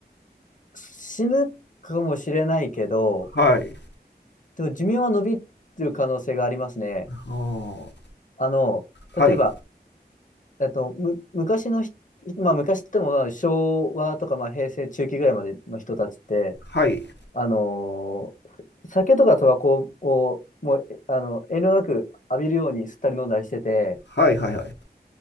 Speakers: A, on the left; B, on the left.
A: 死ぬかもしれないけど、
B: はい。
A: でも寿命は伸びる可能性がありますね。
B: あー
A: あの、
B: はい。
A: 例えば、えっと、む、昔のひ、まあ、昔って言っても、まあ、昭和とか、まあ、平成中期ぐらいまでの人たちって、
B: はい。
A: あのー酒とかタバコをもう、えあの、遠慮なく浴びるように吸ったり飲んだりしてて、
B: はいはいはい。